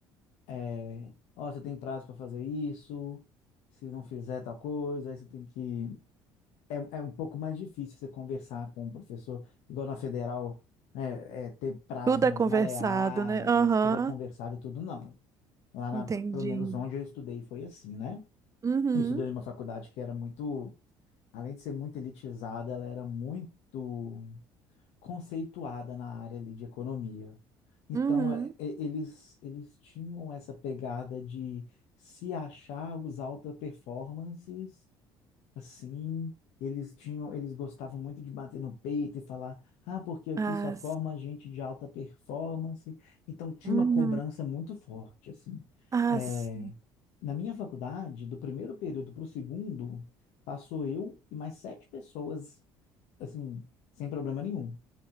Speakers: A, on the left; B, on the right.
A: é, ó, você tem prazo para fazer isso, se não fizer tal coisa, aí você tem que é, é um pouco mais difícil você conversar com o professor, igual na federal, é, é, ter prazos
B: Tudo
A: mais
B: é conversado,
A: maleáveis,
B: né? Aham.
A: tudo é conversado e tudo não. Lá na,
B: Entendi.
A: pelo menos onde eu estudei foi assim, né?
B: Uhum.
A: Eu estudei numa faculdade que era muito, além de ser muito elitizada, ela era muito conceituada na área ali de economia. Então,
B: Uhum.
A: é, é, eles, eles tinham essa pegada de se achar os alta performances Assim, eles tinham, eles gostavam muito de bater no peito e falar, ah, porque aqui
B: As.
A: só forma gente de alta performance. Então tinha
B: Uhum.
A: uma cobrança muito forte, assim.
B: As.
A: É, na minha faculdade, do primeiro período para o segundo, passou eu e mais sete pessoas, assim, sem problema nenhum.